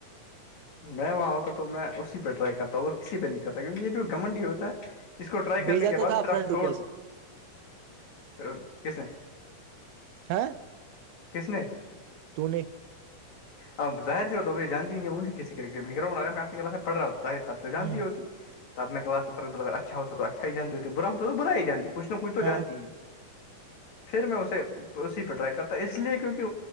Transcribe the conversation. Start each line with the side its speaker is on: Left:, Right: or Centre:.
Left: میں وہاں ہوتا تو میں اسی پہ ٹرائی کرتاوں اور کسی پہ نہیں کرتا کیونکہ یہ جو گھنڈی ہوتا ہے اس کو ٹرائی کرنے
Right: بھیجا
Left: کے
Right: تو
Left: بعد
Right: تھا
Left: پھر
Right: فرینڈ
Left: آپ چھوڑ
Right: ریکویسٹ
Left: دو پھر کس نے
Right: ہاں
Left: <unintelligible>
Right: <unintelligible>
Left: اب ظری ہو تو جانتی نہیںجھ کیس کرٹ گاؤنڈ اگر میں آپ کی کلاس میں پڑ رہا ہوں تو تب تو جانتی
Right: ہ
Left: ہوتی تب میں کلاس میں فر اچھا ہوتا تو اچھا ہی جاتتی برا ہوتا تو برا ہی جانتی کچھ نہ کچھ تو
Right: ہاں
Left: جانتی ہی پھر میں اسے اسی پہ ٹرائی کرتا اس لیے کیونکہ